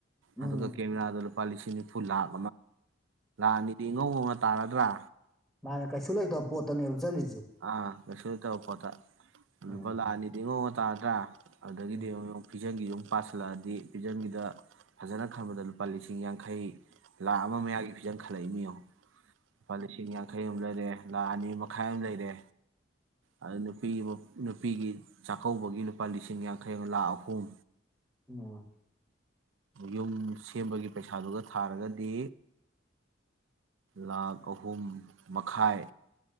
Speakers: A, in the centre; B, on the right.
A: ꯎꯝ
B: ꯑꯗꯨꯒ ꯀꯦꯃꯦꯔꯗꯥ ꯂꯨꯄꯥ ꯂꯤꯁꯤꯡ ꯂꯛ ꯑꯅꯤꯗꯤ ꯇꯥꯔꯗ꯭ꯔꯥ
A: ꯃꯥ ꯀꯩꯁꯨ ꯂꯣꯏ ꯇ ꯄꯣꯠꯇꯅꯦ ꯆꯠꯂꯤꯁ
B: ꯑ ꯀꯩꯁꯨ ꯂꯩꯇꯕ ꯄꫭꯠꯇ
A: ꯎꯝ
B: ꯂꯨꯄꯥ ꯂꯥꯛ ꯑꯅꯤꯗꯤ ꯇꯥꯗꯥ ꯑꯗꯒꯤꯗꯤ
A: ꯎꯝ
B: ꯑꯃꯛ ꯐꯤꯖꯟꯒꯤ ꯑꯗꯨꯨꯝ ꯄꯥꯁꯤꯜꯂꯛꯑꯗꯤ ꯄꯤꯖꯝꯕꯤꯗ ꯐꯖꯅ ꯈꯟꯕꯗ ꯂꯨꯄꯥ ꯂꯤꯁꯤꯡ ꯌꯥꯡꯈꯩ ꯂꯥ ꯑꯃ ꯃꯌꯥꯌꯥꯝꯒꯤꯖꯟ ꯈ ꯈ ꯂꯩꯅꯤ ꯑ ꯐꯂꯤꯁꯤ ꯌꯥꯈꯩ ꯑꯗꯨꯝꯖꯔꯦ ꯂꯥ ꯑꯅꯤ ꯃꯈꯥꯏ ꯑꯃ ꯂꯩꯔꯦ ꯑꯗꯨ ꯅꯨꯄꯤ ꯑꯃ ꯅꯨꯄꯤꯒꯤ ꯆꯥꯛꯀꯧꯕꯒꯤ ꯂꯨꯄꯥ ꯂꯤꯁꯤꯡ ꯌꯥꯡꯈꯩꯒ ꯂꯥꯈ ꯑꯍꯨꯝ
A: ꯎꯝ
B: ꯌꯨꯝ ꯁꯦꯝꯕꯒꯤ ꯄꯩꯁꯥꯗꯨꯒ ꯊꯥꯔꯒꯗꯤ ꯂꯥꯈ ꯑꯍꯨꯝ ꯃꯈꯥꯏ